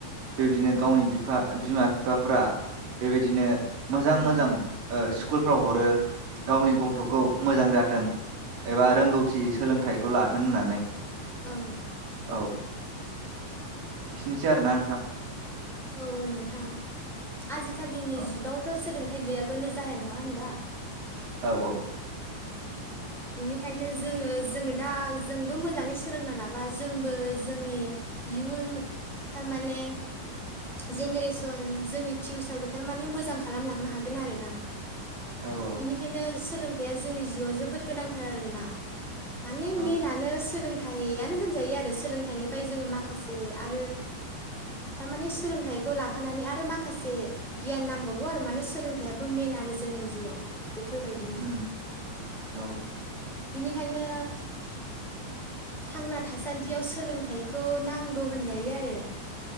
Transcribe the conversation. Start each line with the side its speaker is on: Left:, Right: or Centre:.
Right: बेबायदिनो गावनि बिफा बिमा बिफाफोरा बेबायदिनो मोजां
Centre: औ
Right: मोजां स्कुलफ्राव हरो गावनि गथ'खौ मोजां जाथों एबा रोंगौथि सोलोंथाइखौ लाथों होननानै
Centre: औ
Right: औ एसेनोसै आरोना नोंथां।
Centre: औ नोंथां। आजिखालिनि
Right: औ
Centre: जुगावथ' सोलोंथ हाथाय गैयाबानो जाया नङा होनबा?
Right: औ औ।
Centre: बेनिखायनो जोङो जोङो दा जोंबो मोजाङै सोलोंना लाबा जोंबो जोंनि इयुन थारमाने जेनेरेसन जोंनि फिउचारखौ थारमाने मोजां खालामलांनो हागोन आरो ना।
Right: औ औ
Centre: बिनिखायनो सोलों थाइया जोंनि जिउआव जोबोद गोनांथार आरोना। माने
Right: औ
Centre: मेनानो सोलों थाइनो होनजायो आरो सोलोंथाइनिफ्राय जोङो माखासे आरो थार माने सोलोंथाइखौ लाफानानै आरो माखासे गियान नांबावगौ आरो माने सोलोंथाइयाबो मेन आरो जोंनि जिउआव। बेफोरबायदिनो
Right: उम औ
Centre: बिनिखायनो थांना थासान्दियाव सोलोंथाइखौ नांगौ होनजायो आरो